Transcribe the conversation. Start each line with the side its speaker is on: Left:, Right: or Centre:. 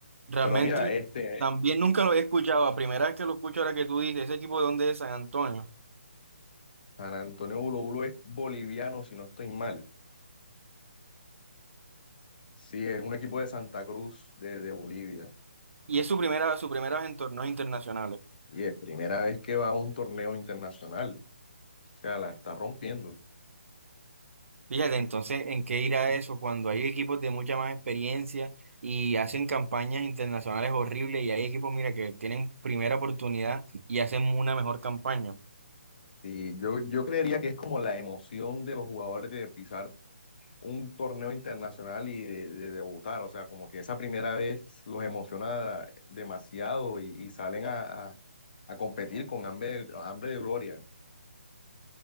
Right: Realmente
Left: Pero mira, este...
Right: también nunca lo había escuchado, la primera vez que lo escucho ahora que tú dices, ese equipo de dónde es San Antonio,
Left: San Antonio Bulo Bulo es boliviano, si no estoy mal. Sí, es un equipo de Santa Cruz, de, de Bolivia.
Right: y es su primera, su primera vez en torneos internacionales.
Left: Y es primera vez que va a un torneo internacional. O sea, la está rompiendo.
Right: Fíjate, entonces, ¿en qué irá eso cuando hay equipos de mucha más experiencia y hacen campañas internacionales horribles y hay equipos, mira, que tienen primera oportunidad y hacen una mejor campaña?
Left: Y yo, yo creería que es como la emoción de los jugadores de pisar un torneo internacional y de, de debutar. O sea, como que esa primera vez los emociona demasiado y, y salen a, a- a competir con hambre, hambre de gloria.